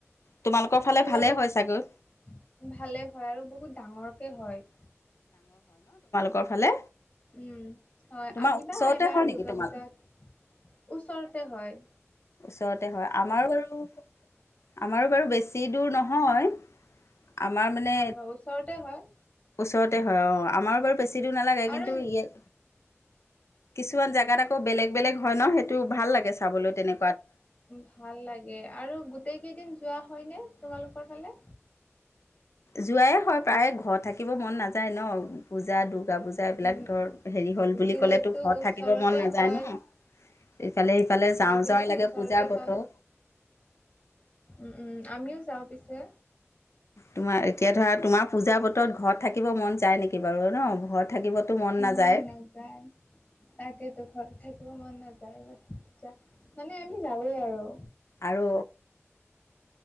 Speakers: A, on the left; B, on the left.
A: তোমালোকৰ ফালে
B: দুৰ্গা
A: ভালেই
B: পূজা
A: হয় চাগৈ
B: ভালে হয় আৰু বহুত ডাঙৰকে হয়।
A: ক'ৰ ফালে?
B: উম হয়
A: তোমাৰ
B: আহিবা
A: ওচৰতে
B: এইবাৰ
A: হয় নেকি
B: দুূৰ্গা
A: তোমাল
B: পূজাত। ওচৰতে হয়।
A: ওচৰতে হয় আমাৰো বাৰু, আমাৰো বাৰু বেছি দূৰ নহয়। আমাৰ মানে
B: হয় হয় ওচৰতে হয়
A: ওচৰতে হয় অ আমাৰো বাৰু বেছি দূৰ নালাগে
B: আৰু
A: কিন্তু ইয়াত কিছুমান জোগাত আকৌ বেলেগ বেলেগ হয় ন সেইটো ভাল লাগে চাবলৈ তেনে
B: ভাল লাগে আৰু গোটেই কেইদিন যোৱা হয় নে তোমালোকৰ ফালে
A: যোৱাই হয় প্ৰায় ঘৰ থাকিব মন নাযায় ন পূজা টো দুৰ্গা পূজা এইবিলাক
B: উম,
A: ধৰ হেৰি হ'ল বুলি
B: যিহেতু
A: ক'লেতো ঘৰত
B: ওচৰতে
A: থাকিব মন নাযায়
B: হয়।
A: ন ইফালে সিফালে যাওঁ
B: অ যিহেতু
A: যাওঁ লাগে
B: ওচৰতে
A: পূজা
B: হয়
A: বতৰ
B: উম উম আমিও যাওঁ পিছে
A: তোমাৰ এতিয়া ধৰা তোমাৰ পূজা বতৰত ঘৰত থাকিব মন যায় নেকি বাৰু ন ঘৰত থাকিবতো মন নাযায়
B: নাই নাযায় তাকেতো ঘৰত থাকিব মন নাযায়। যা মানে আমি যাওৱে আৰু।
A: আৰু।